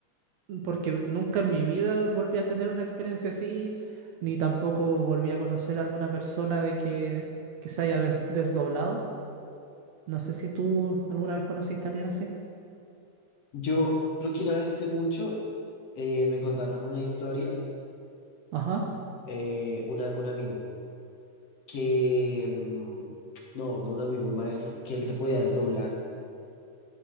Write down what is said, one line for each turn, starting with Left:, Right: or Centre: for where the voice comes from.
Right: porque nunca en mi vida volví a tener una experiencia así, ni tampoco volví a conocer a alguna persona de que, que se haya des- desdoblado. No sé si tú alguna vez conociste a alguien así.
Left: Yo creo que una vez hace mucho eh, me contaron una historia,
Right: Ajá.
Left: eh, una, un amigo, que, mm, no, no un amigo, un maestro, que él se podía desdoblar